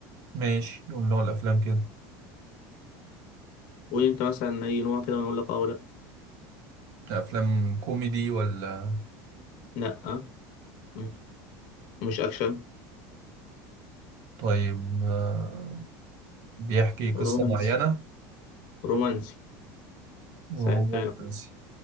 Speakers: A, on the right; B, on the left.
A: ماشي قول نوع الأفلام كده
B: قول أنت مثلا أي نوع كده وأنا أقول لك أه ولا
A: أفلام كوميدي ولا
B: لأ لأ مم. مش أكشن
A: طيب آه، بيحكي قصة
B: رومانس
A: معينة
B: رومانسي سهلتها
A: رومانسي